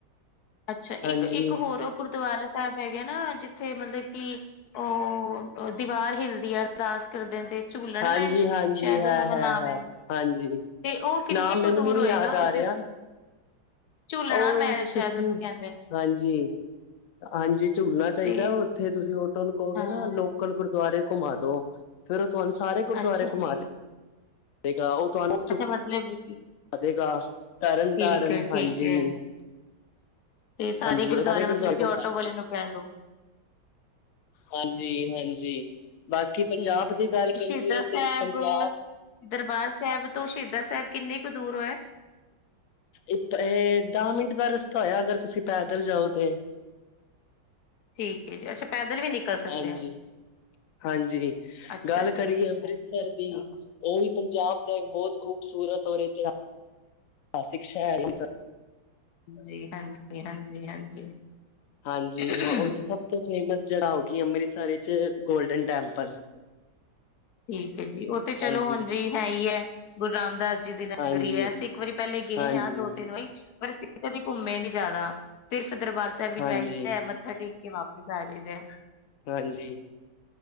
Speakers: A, on the left; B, on the left.
A: ਅੱਛਾ
B: ਹਾਂਜੀ
A: ਇੱਕ -ਇੱਕ ਹੋਰ ਗ। ਗੁਰਦੁਆਰਾ ਸਾਹਿਬ, ਹੈਗੇ, ਨਾ ਜਿੱਥੇ ਮਤਲਬ ਕਿ। ਉਹ ਦੀਵਾਰ ਹਿਲਦੀ ਆ, ਅਰਦਾਸ ਕਰਦਿਆਂ ਤੇ ਝੂਲਣ
B: ਹਾਂਜੀ
A: ਮੈਂਹਲ
B: ਹਾਂਜੀ
A: ਸ਼ਾਇਦ
B: ਹੈ
A: ਉਹਨਾਂ ਦਾ
B: ਹੈ
A: ਨਾਮ
B: ਹੈ
A: ਐ।
B: ਹਾਂਜੀ
A: ਤੇ ਉਹ, ਕਿੰਨਨੀ
B: ਨਾਮ ਮੈਨੂੰ
A: ਕੁ ਦੂਰ
B: ਵੀ ਨੀ
A: ਹੋਏਗਾ
B: ਯਾਦ
A: ਅਸੀਂ
B: ਆ ਰਿਹਾ
A: ਝੂਲਣਾ
B: ਉਹ,
A: ਮਹਿਲ ਸ਼ਾਇਦ
B: ਤੁਸੀਂ
A: ਉਹਨੂੰ ਕਹਿੰਦੇ ਨੇ
B: ਹਾਂਜੀ ਹਾਂਜੀ ਝੂਲਣਾ ਚਾਈਦਾ
A: ਤੇ
B: ਹੋਰ। ਉੱਥੇ ਤੁਸੀਂ ਔਟੋ ਨੂੰ ਕਹੋਗੇ
A: ਹਾਂ
B: ਨਾ ਲੋਕਲ ਗੁਰਦੁਆਰੇ ਘੁੰਮਾ ਦੋ ਫੇਰ ਓ ਤੁਹਾਨੂੰ ਸਾਰੇ ਗੁਰਦੁਆਰੇ
A: ਅੱਛਾ
B: ਘੁੰਮਾ
A: ਜੀ
B: ਦੇਗਾ ਉਹ ਤੁਹਾਨੂੰ
A: ਅੱਛਾ, ਮਤਲਬ
B: ਵਧੇਗ ਤਰਨ
A: ਠੀਕ
B: -ਤਾਰਨ
A: ਹੈ ਠੀਕ
B: ਹਾਂਜੀ।
A: ਹੈ ਤੇ ਸਾਰੇ
B: ਹਾਂਜੀ
A: ਗੁਰਦੁਆਰੇ
B: ਉਹ
A: ਮਤਲਬ ਕਿ ਔਟੋ
B: ਘੁਮਾ
A: ਵਾਲੇ ਨੂੰ ਕਹਿ ਦੋ
B: ਹਾਂਜੀ -ਹਾਂਜੀ ਬਾਕੀ ਪੰਜਾਬ
A: ਠੀਕ ਹੈ
B: ਦੀ
A: ਜੀ
B: ਗੱਲ
A: ਸ਼ਹੀਦਾ
B: ਕਰੀਏ
A: ਸਾਹਿਬ
B: ਤੇ ਪੰਜਾਬ
A: ਦਰਬਾਰ ਸਾਹੇਬ ਤੋਂ ਸ਼ਹੀਦਾ ਸਾਹੇਬ ਕਿੰਨੀ ਕੁ ਦੂਰ ਹੈ?
B: ਇਤਰੇ, ਦਸ ਮਿੰਟ ਦਾ ਰਸਤਾ ਹੋਇਆ ਅਗਰ ਤੁਸੀਂ ਪੈਦਲ ਜਾਓਗੇ।
A: ਠੀਕ ਏ ਜੀ, ਅੱਛਾ ਪੈਦਲ ਵੀ ਨਿਕਲ ਸਕਦੇ
B: ਹਾਂਜੀ-
A: ਆ
B: ਹਾਂਜੀ
A: ਅੱਛਾ
B: ਗੱਲ
A: ਜੀ
B: ਕਰੀਏ
A: ਅੱਛਾ
B: ਅੰਮ੍ਰਿਤਸਰ
A: ਅੱਛਾ
B: ਦੀ ਓ ਵੀ ਪੰਜਾਬ ਦਾ ਇੱਕ ਬੋਤ ਖੂਬਸੂਰਤ ਔਰ ਇਤਿ ਇਤਿਹਾਸਿਕ ਸ਼ੈਰ ਏ ਏਧਰ।
A: ਜੀ ਹਾਂਜੀ -ਹਾਂਜੀ -ਹਾਂਜੀ।
B: ਹਾਂਜੀ
A: ਠੀਕ
B: ਹ ਹੁਦੀ ਸਭ ਤੋਂ ਫੇਮਸ ਜਗਾ ਹੋਓਗੀ, ਅੰਮ੍ਰਿਤਸਰ ਵਿੱਚ ਗੋਲਡਨ ਟੈਂਪਲ।
A: ਠੀਕ ਹੈ ਜੀ, ਓ ਤੇ ਚਲੋ
B: ਹਾਂਜੀ
A: ਹੁਣ ਜੀ ਹੈ ਈ ਆ, ਗੁਰੂ ਰਾਮਦਾਸ ਜੀ ਦੀ ਨਗਰੀ
B: ਹਾਂਜੀ
A: ਏ, ਅਸੀਂ ਇੱਕ ਵਾਰੀ ਪੇਲੇ ਗਏ
B: ਹਾਂਜੀ
A: ਆ, ਦੋ ਤਿੰਨ ਵਾਰੀ ਪਰ ਅਸੀ ਕਦੇ ਘੁੰਮੇ ਨੀ ਜ਼ਿਆਦਾ, ਸਿਰਫ਼ ਦਰਬਾਰ ਸਾਹਿਬ ਹੀ
B: ਹਾਂਜੀ
A: ਜਾਈਦਾ ਹੈ ਮੱਥਾ ਟੇਕ ਕੇ ਵਾਪਿਸ ਆ ਜਾਈਦਾ ਆ।
B: ਹਾਂਜੀ।